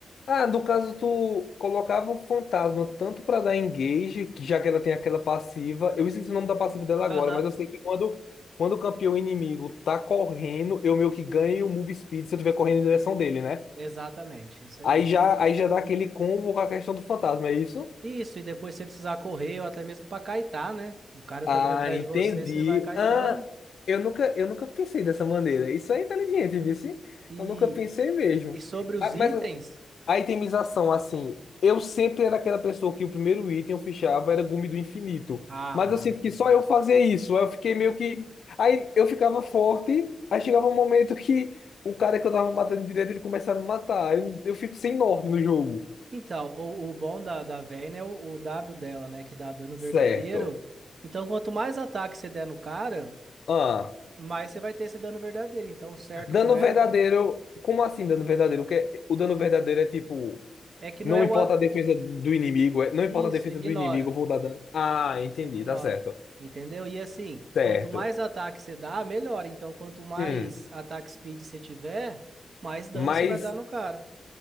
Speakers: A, on the left (about 75°); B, on the right (about 55°).
A: Ah, no caso, tu colocava o fantasma tanto pra dar engage, que já que ela tem aquela passiva. Eu esqueci o nome da passiva dela agora,
B: Aham.
A: mas eu sei que quando, quando o campeão inimigo tá correndo, eu meio que ganho o move speed se eu estiver correndo em direção dele, né?
B: Exatamente, isso aí.
A: Aí já, aí já dá aquele combo com a questão do fantasma, é isso?
B: Isso, e depois se você precisar correr, ou até mesmo pra caitar, né? O cara tá
A: Ah,
B: vindo atrás
A: entendi.
B: de você, você vai caetando.
A: Ah, eu nunca, eu nunca pensei dessa maneira. Isso é inteligente, vice.
B: E,
A: Eu nunca pensei mesmo.
B: e sobre os
A: Ah,
B: itens.
A: mas A itemização, assim, eu sempre era aquela pessoa que o primeiro item eu fechava era gume do infinito.
B: Ah,
A: Mas eu sinto
B: meu
A: que só
B: Deus.
A: eu fazia isso. Aí eu fiquei meio que. Aí eu ficava forte, aí chegava um momento que o cara que eu tava matando direto, ele começava a me matar. Aí Eu, eu fico sem norte no jogo.
B: Então, o, o bom da, da Vayne é o, o W dela, né? Que dá dano verdadeiro.
A: Certo.
B: Então, quanto mais ataque você der no cara,
A: Ah,
B: mais você vai ter esse dano verdadeiro. Então, o certo
A: dano
B: com ela
A: verdadeiro. Como assim dano verdadeiro? O que é- o dano verdadeiro é tipo.
B: é que não
A: Não
B: é
A: importa
B: o. a-
A: a defesa do inimigo, é- não
B: Isso,
A: importa a defesa
B: ignora.
A: do inimigo, eu vou dar dano. Ah,
B: Isso,
A: entendi,
B: ignora.
A: tá certo.
B: Entendeu? E assim,
A: Certo.
B: quanto mais ataque você dá, melhor. Então, quanto mais
A: Hum.
B: ataque speed você tiver, mais dano
A: Mas
B: você vai dar no cara.